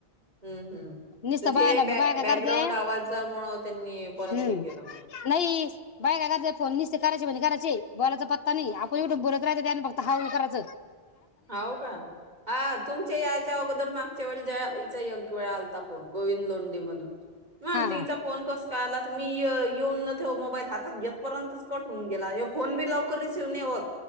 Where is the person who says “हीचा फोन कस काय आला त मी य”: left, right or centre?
Right